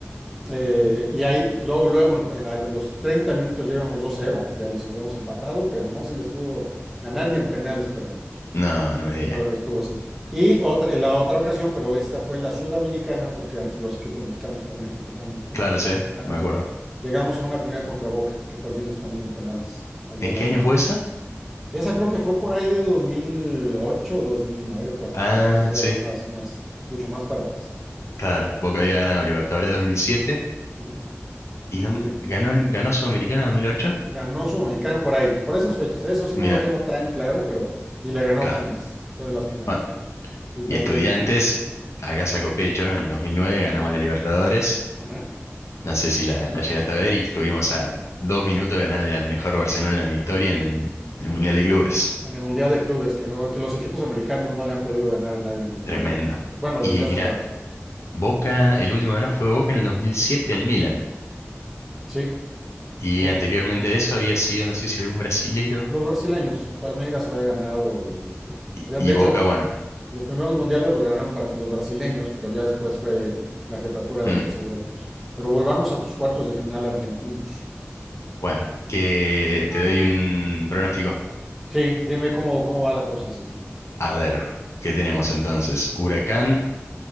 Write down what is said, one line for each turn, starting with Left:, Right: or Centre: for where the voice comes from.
Centre: Eh, y ahí, luego, luego, en- a los 30 minutos ya íbamos 2-0, ya les habíamos empatado, pero no se les pudo ganar y en penales perdimos.
Left: No, no me digas.
Centre: Todo estuvo así. Y otra, en la otra ocasión, pero esta fue la Sudamericana, porque antes los equipos mexicanos también participaban en
Left: Claro,
Centre: la Sudamericana.
Left: sí, me acuerdo.
Centre: Llegamos a una final contra Boca, que perdimos también en penales, allá
Left: ¿En
Centre: en
Left: qué
Centre: la Bombonera.
Left: año fue eso?
Centre: Esa creo que fue por ahí de dos dos mil ocho dos mil nueve por ahí.
Left: Ah,
Centre: O sea, eso ya
Left: sí,
Centre: fue más, más, mucho más para atrás.
Left: claro. Boca había ganado Libertadores 2007
Centre: Ujú.
Left: y no
Centre: Y
Left: ganó, ganó Sudamericana 2008.
Centre: ganó Sudamericana por ahí, por esas fechas. Eso sí
Left: Mirá,
Centre: no lo tengo tan claro, pero y le ganó
Left: claro.
Centre: a Pumas. Fue de las finales,
Left: Bueno,
Centre: ¿no? Y también,
Left: y Estudiantes, acá sacó pecho, en 2009 ganamos la Libertadores.
Centre: ajá.
Left: No sé si la, la llegaste a ver y estuvimos a dos minutos de ganarle al mejor Barcelona de la historia en el, en el Mundial de Clubes.
Centre: En el Mundial de Clubes, que no, que los equipos americanos no le han podido ganar a nadie en el Mundial
Left: Tremendo.
Centre: de Clubes. Bueno,
Left: Y
Centre: desde hace
Left: mirá,
Centre: un rato.
Left: Boca, el último ganó fue Boca en el 2007 el Milan.
Centre: Sí.
Left: Y
Centre: Lo-
Left: anteriormente de eso había sido, no sé si algún brasilero.
Centre: Los brasileños, Palmeiras había ganado y este,
Left: Y,
Centre: había,
Left: y
Centre: de hecho,
Left: Boca, bueno.
Centre: los primeros mundiales los ganaron bra- los brasileños, pero ya después fue la jetatura
Left: mm,
Centre: de los europeos. Pero volvamos a tus cuartos de final argentinos.
Left: bueno,
Centre: Entonces,
Left: que te doy un pronóstico.
Centre: sí, dime cómo, cómo va la cosa, sí.
Left: A ver, ¿qué tenemos entonces? Huracán,